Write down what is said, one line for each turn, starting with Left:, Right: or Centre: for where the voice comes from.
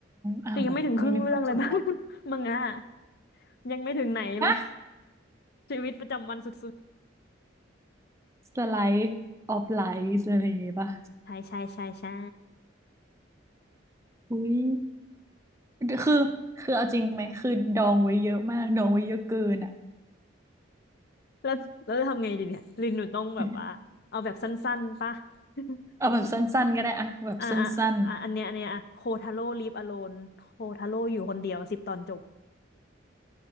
Right: อ้าวเหรอนี่นึกว่าจบแล้ว
Left: คือยังไม่ถึงครึ่งเรื่องเลยมั้ง <laughs> มังงะอะยังไม่ถึงไหนเลย
Right: ฮะ
Left: ชีวิตประจำวันสุด
Right: สไลด์ออฟไลฟ์อะไรอย่างงี้ป่ะ
Left: ใช่ใช่ใช่ใช่
Right: อุ้ยคือคือเอาจริงไหมคือดองไว้เยอะมากดองไว้เยอะเกินอ่ะ
Left: แล้วแล้วจะทำไงดีเนี่ยลินหนูต้องแบบว่าเอาแบบสั้นๆปะ
Right: <laughs>
Left: <laughs>
Right: เอาแบบสั้นๆก็ได้อะแบบสั้น
Left: อ่าอ่าอ่าอันเนี้ยอันเนี้ยอ่ะโคทาโร่ลีฟอโลนโคทาโร่อยู่คนเดียวสิบตอนจบ